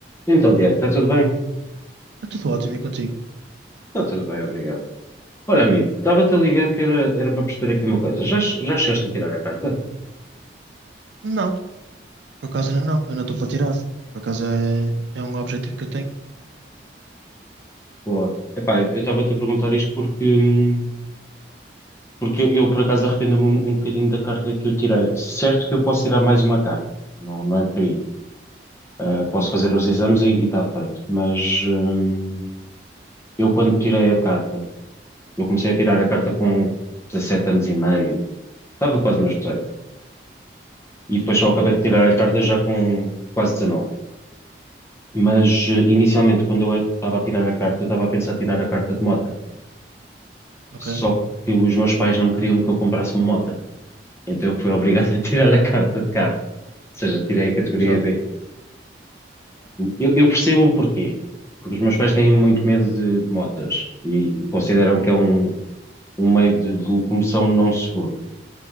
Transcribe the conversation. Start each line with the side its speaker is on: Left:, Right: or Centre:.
Left: Então, Diego, está tudo bem?
Right: Está tudo ótimo e contigo?
Left: Está tudo bem, obrigado. Olha, amigo, estava-te a ligar que era, era para perceber aqui uma coisa. Já, já chegaste a tirar a carta?
Right: Não, por acaso ainda não, ainda estou para tirar. Por acaso é, é um objetivo que eu tenho,
Left: Boa. Epá, eu eu estava-te a perguntar isto porque, hum, porque eu, eu, por acaso arrependo-me um, um bocadinho da carta que eu tirei. Certo que eu posso tirar mais uma carta, não, não é por aí. Ah, posso fazer os exames e está feito. Mas hum, eu quando tirei a carta, eu comecei a tirar a carta com 17 anos e meio, estava quase nos 18. E depois só acabei de tirar a carta já com quase 19. Mas eh, inicialmente, quando eu estava a tirar a carta, eu estava a pensar tirar a carta de mota.
Right: ok?
Left: Só que os meus pais não queriam que eu comprasse uma mota. Então eu fui obrigado <laughs> a tirar a carta de carro. Ou seja, tirei a categoria
Right: Sabe,
Left: B. Eu, eu percebo o porquê. Porque os meus pais têm muito medo de, de motas e consideram que é um, um meio de, de locomoção não seguro.